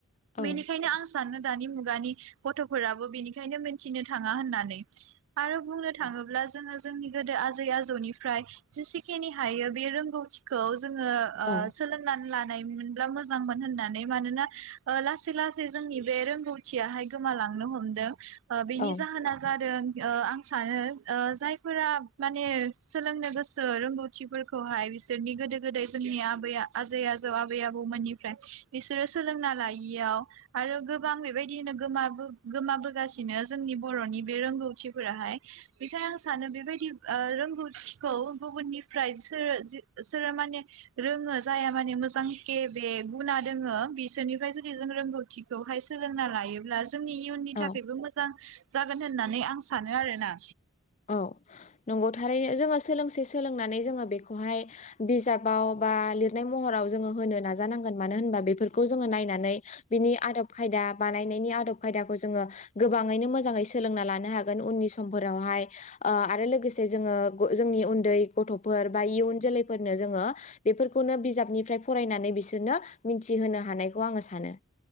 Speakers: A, on the left (about 30°); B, on the right (about 70°).
A: औ
B: बेनिखायनो आं सा सानो दानि मुगानि गथफोराबो बेनिखायनो मिथिनो थाङा होननानै। आरो बुंनो थाङोब्ला जोङो जोंनि गोदो आजै आजौनिफ्राय जेसेखिनि हायो बे रोंगौथिखौ जोङो
A: औ
B: आ सोलोंनानै लान नाय मोनब्ला मोजां मोन होननानै मानोना ओ लासै लासै जोंनि बे रोंगौथियाहाय गोमालांनो हमदों। आ बेनि
A: औ
B: जाहोना जादों ओ आं सानो ओ जायफोरा माने सोलोंनो गोसो रोंगौथिफोरखौहाय बिसोरनि गोदो गोदाय जोंनि आबै आजै आजौ आबै आबौ मोननिफ्राय इसोरो सोलोंना लायियाव आरो गोबां बेबायदिनो गोमाबो गोमाबोगासिनो जोंनि बरनि बे रोंगौथिफोराहाय बेखायनो आं सानो बेबायदि रोंगौथिखौ गुबुननिफ्रायसो सोर जि सोरो माने रोङो जाया माने मोजां केे बे गुना दोङो बिसोरनिफ्राय जुदि जों रोंगौथिखौहाय सोलोंना लायोब्ला जोंनि इयुननि
A: औ
B: थाखायबो मोजां। जागोन होननानै आं सानो आरोना।
A: औ नंगौ थारैनो जोङो सोलोंसे सोलोंनानै जोङो बेखौहाय बिजाबाव बा लिरनाय महराव जोङो होनो नाजानांगोन मानो होनबा बेफोरखौ जोङो नायनानै बिनि आदब खायदा बानायनायनि आदब खायदाखौ जोङो गोबाङैनो मोजाङै सोलोंना लानो हागोन उननि समफोरावहाय। ओ आरो लोगोसे जोङो जोंनि उन्दै गथफोर बा इयुन जोलैफोरनो जोङो बेफोरखौनो बिजाबनिफ्राय फरायनानै बिसोरनो मिथिहोनो हानायखौ आङो सानो।